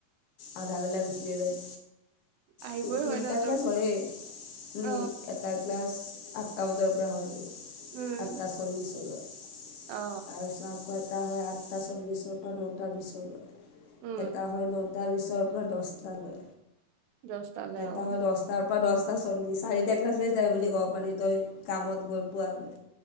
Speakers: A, on the left; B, on the right.
A: আধাবেলা গুচিয়ে যায়।
B: আহিবই
A: দুই তিনটা
B: হয় ন
A: ক্লাছ
B: তোৰ
A: হয়েই উম
B: অ
A: এটা ক্লাছ আঠটা বজাৰ পৰা হয়তো
B: উম
A: আঠটা চল্লিছলৈ
B: অ
A: তাৰ পিছত আকৌ এটা হয় আঠটা চল্লিছৰ পৰা নটা বিচলৈ।
B: উম
A: এটা হয় নটা বিশৰ পৰা দহটা লৈ
B: দহটালে
A: এটা
B: অ
A: হয় দহ তাৰপৰা দহটা চল্লিচ চাৰিটা ক্লাছেই হৈ যায় বুলি ক'ব পাৰি, তই কামত গৈ পোৱালৈ